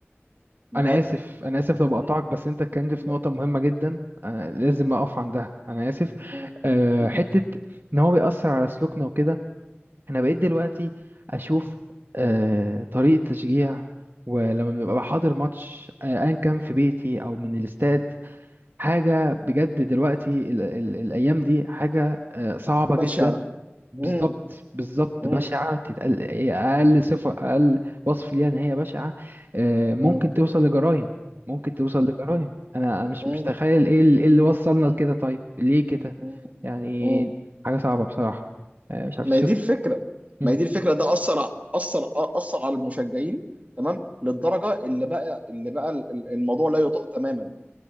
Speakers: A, on the right; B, on the right.
A: معاك
B: انا اسف انا اسف لو بقطعك
A: م-
B: بس انت اتكلمت في
A: لا.
B: نقطه مهمه جدا أنا لازم اقف عندها انا اسف
A: م-
B: أه
A: م-
B: حته ان هو بيأثر على سلوكنا وكده انا بقيت دلوقتي اشوف أه طريقه تشجيع ولما ببقى حاضر ماتش آه، ايا كان في بيتي او من الاستاد حاجه بجد دلوقتي ال ال الايام دي حاجه أه صعبه
A: بشعه
B: جدا بالظبط
A: م-
B: بالظبط
A: م-
B: بشعة تتقل إيه،
A: م-
B: أقل صفة أقل وصف ليها إن هي بشعة آه، ممكن
A: م-
B: توصل لجرائم ممكن توصل لجرائم أنا أنا مش
A: م-
B: مش متخيل إيه ال- إيه اللي وصلنا
A: م-
B: لكده طيب ليه كده
A: مم.
B: يعني
A: مم.
B: حاجة صعبة بصراحة آه، مش عارف
A: ما
B: شفت
A: هي دي الفكره
B: مم،
A: ما هي دي الفكره ده اثر ع- اثر اثر على المشجعين تمام للدرجه اللي بقى اللي بقى ال- ال- الموضوع لا يطاق تماما